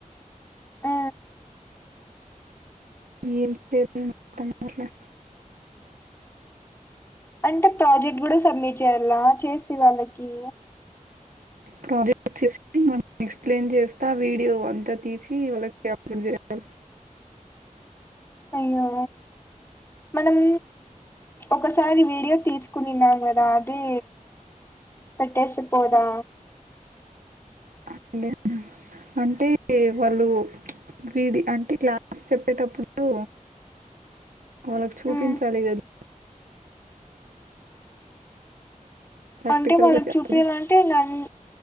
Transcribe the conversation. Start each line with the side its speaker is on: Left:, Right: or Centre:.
Left: ఆ
Right: ఏంటది తమ్ముడ్లే
Left: అంటే ప్రాజెక్ట్ కూడా సబ్మిట్ చేయ్యాలా చేసి వాళ్ళకి
Right: ప్రాజెక్ట్ వచ్చేసి మనం ఎక్స్ప్లెయిన్ చేస్తా వీడియో అంతా తీసి వాళ్ళకి అప్లోడ్ చేయాలి
Left: అయ్యో మనం ఒకసారి వీడియో తీసుకునిన్నాం కదా అది పెట్టేస్తేపోదా
Right: అట్లే అంటే వాళ్ళు వీడి అంటే క్లాస్ చెప్పేటప్పుడు వాళ్ళకి చూపించాలి
Left: ఉమ్
Right: కదా <inaudible> ప్రాక్టికల్
Left: అంటే వాళ్ళకి
Right: గా చెప్పడం
Left: చూపీయాలంటే వాలు ఇక అన్ని